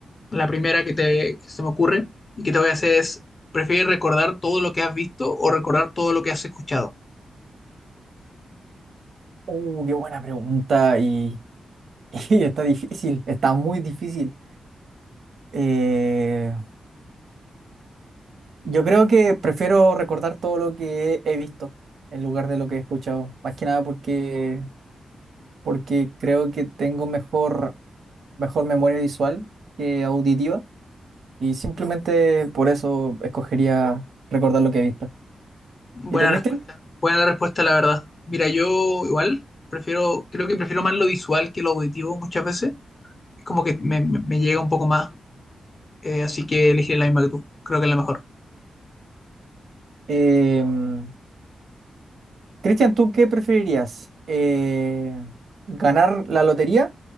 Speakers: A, on the left (about 35°); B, on the right (about 70°).
A: la primera que, te, que se me ocurre y que te voy a hacer es, ¿prefieres recordar todo lo que has visto o recordar todo lo que has escuchado?
B: Uh, qué buena pregunta y, <laughs> y está difícil, está muy difícil. Eh, yo creo que prefiero recordar todo lo que he visto en lugar de lo que he escuchado, más que nada porque, porque creo que tengo mejor, mejor memoria visual que auditiva y simplemente por eso escogería recordar lo que he visto.
A: Buena
B: ¿Y tú, Cristian?
A: respuesta. Buena la respuesta, la verdad. Mira, yo igual prefiero, creo que prefiero más lo visual que lo auditivo muchas veces. Es como que me, me me llega un poco más. Eh, así que elegiré la misma que tú. Creo que es la mejor.
B: Em, Cristian, ¿tú qué preferirías? Eh, ¿ganar la lotería